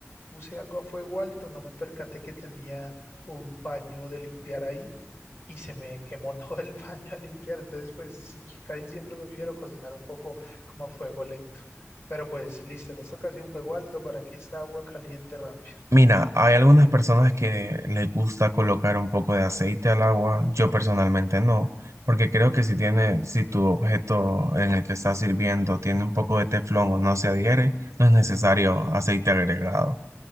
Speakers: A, on the left (about 55°); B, on the right (about 85°).
A: puse algo a fuego alto, no me percaté que tenía un paño de limpiar ahí y se me quemó <laughs> todo el paño a limpiar. Entonces, pues casi siempre prefiero cocinar un poco como a fuego lento. Pero pues listo, en esta ocasión fuego alto para que esta agua caliente rápido.
B: Mira, hay algunas personas que les gusta colocar un poco de aceite al agua, yo personalmente no, porque creo que si tiene, si tu objeto en el que estás sirviendo tiene un poco de teflón o no se adhiere, no es necesario aceite agregado.